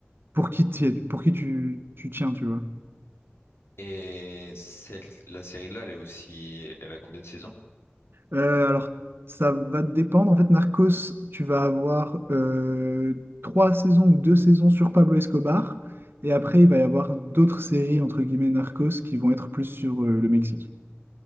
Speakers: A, on the right (about 65°); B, on the left (about 90°).
A: pour qui, t'y es- pour qui tu, tu tiens, tu vois.
B: Et celle, la série-là, elle est aussi, elle a combien de saisons?
A: Euh, alors, ça va te dépendre. En fait, Narcos, tu vas avoir euh, trois saisons ou deux saisons sur Pablo Escobar. Et après, il va y avoir d'autres séries, entre guillemets, Narcos, qui vont être plus sur euh, le Mexique.